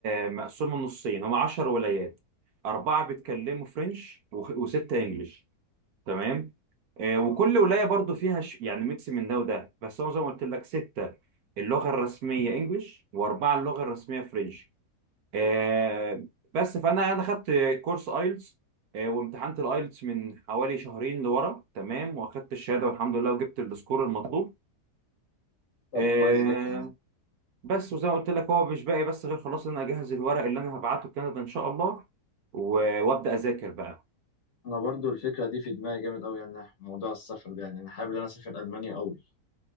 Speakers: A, on the right; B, on the left.
A: آه، مقسومة نصين هما 10 ولايات أربعة بيتكلموا فرنش وخ- وستة إنجليش تمام آه، وكل ولاية برضو فيها ش... يعني ميكس من ده وده بس هو زي ما قلت لك ستة اللغة الرسمية إنجليش وأربعة اللغة الرسمية فرنش آه، بس فأنا أنا خدت كورس آيلتس آه، وامتحنت الآيلتس من حوالي شهرين لورا تمام وأخدت الشهادة والحمد لله وجبت السكور المطلوب
B: طب
A: آه،
B: كويس جدا
A: بس وزي ما قلت لك هو مش باقي بس غير خلاص ان انا اجهز الورق اللي انا هبعته لكندا ان شاء الله و- وابدا اذاكر بقى
B: انا برضو الفكرة دي في دماغي جامد قوي يعني موضوع السفر ده يعني انا حابب ان انا اسافر المانيا قوي